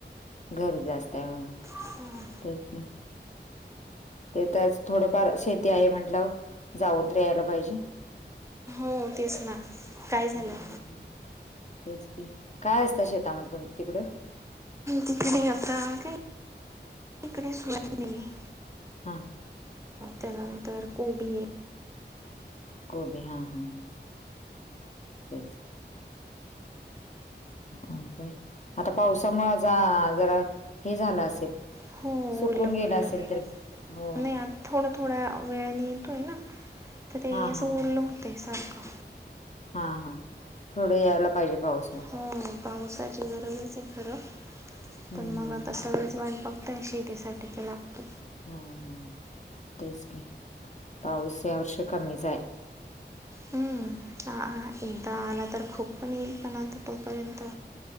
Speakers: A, on the left; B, on the right.
A: घरी जास्त आहे
B: हं.
A: तेच - ते तर थोडंफार शेती आहे म्हटलं जाऊन तर यायला पाहिजे.
B: हो तेच ना काय झालंय.
A: हम्म. तेच की काय असत शेतामध्ये तिकडं?
B: तिकडे आता काही तिकडे सोयाबीन -
A: हां
B: त्यानंतर कोबी,
A: कोबी हा हा ह - आणि काय? आता पावसामुळ जा जरा हे झालं असेल
B: हो
A: सुकून
B: ओलं
A: गेलं
B: ओलं
A: असेल तररी.
B: तरी
A: हो
B: नाही आता थोडं थोड्या वेळाने येतोय ना तर
A: हा
B: असं
A: हा हा
B: ओलं होतें सारखं.
A: हा हा थोडं यायला पाहिजे पाऊस मग
B: हो पावसाची गरजच आहे खरं.
A: हम्म
B: पण मग
A: हम्म
B: आता
A: हम्म हम्म
B: सगळेच वाट बघताय शेतीसाठी ते लागत.
A: हो तेच कि पाऊस या वर्षी कमीच आहे.
B: हम्म आ एकदा आला तर खूप पण येईल पण आता तोपर्यंत,